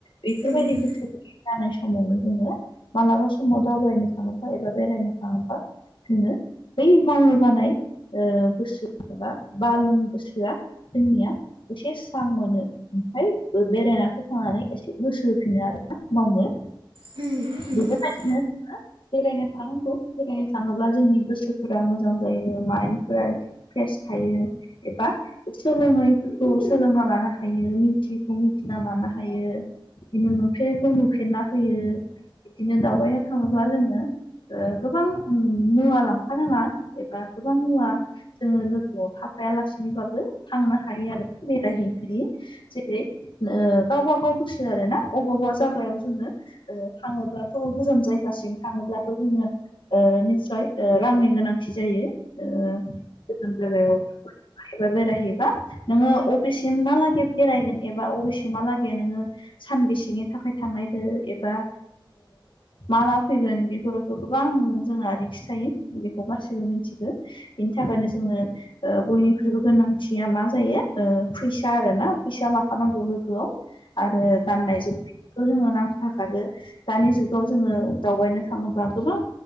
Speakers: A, on the left (about 75°); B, on the right (about 80°).
A: बेफोरबायदि
B: उम
A: गोसो जानाय समावनो जोङो मालाबा समाव दावबायनो थाङोबा एबा बेरायनो थाङोबा जोङो बै मावनो बानाय ओ गोसो एबा बालुं गोसोआ जोंनिया एसे स्रां मोनो ओमफ्राय बेरायनानै फैखांनानै एसे गोसो होफिनो आरोना मावनो
B: औ नंगौ
A: बेदिखायनो जोङो बेरायनो थानांगौ बेरायनो थाङोब्ला जोंनि गोसोफोरा मोजां जायो माइन्फोरा फ्रेस थायो एबा सोलोंङैफोरखौ सोलोंना लानो हायो मिथियैखौ मिथिना लानो हायो। बिदिनो नुफेरखौ नुफेरना फैयो बिदिनो दावबायया थाङोब्ला जोङो ओ गोबां मुवा लांफानाङा एबा गोबां मुवा जोङो लोगोआव थाफाया लासेनोबाबो थांनो हायो आरो बेरायहैनोखायो जेरै ओ गावबा गाव गोसो आरो ना अबावबा जा खुगायाव जोङो ओ थाङोब्लाथ' गोजान जायगासिम थाङोब्लाथ' जोङो ओ निस्य ओ रांनि गोनांथि जायो गोजान जायगायाव एबा बेरायहैबा नोङो अबेसेम मालागै बेरायगोन एबा अबेसेमहालागै नोङो सानबेसेनि थाखाय थांनायजों एबा माला फैगोन बेफोरावथ' गोबां जोंहा रिक्स थायो बेखौ गासैबो मिथिखौ बिनि थाखायनो जोङो बयनिख्रुइबो गोनांथिया मा जायो फैसा आर ना फैसा लाफानांगौ लोगोआव आरो गाननाय जोमनाय थ' जोङो नांख'हाखागो दानि जुगाव जोङो दावबायनो थाङोब्ला गोबां